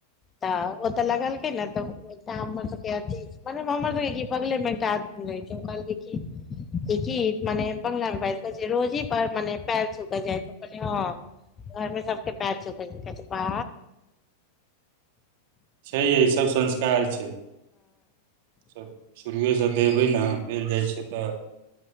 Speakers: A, on the left; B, on the right.
A: तऽ ओ तऽ लगल के ने तऽ उ एकटा हमर सबके अथी मतलब हमर सबके कि बगले मे एकटा आदमी रहै छै, उ कहलकै कि ए की मने बंगला मे बाएज के कहै छै रोजी पर मने पैर छू के जाएत कहलिये हां। घर मे सबके पैर छू के कहै छै बा।
B: छैये ई सब संस्कार छै सब। शुरुए से देबै ना देल जाय छै तऽ।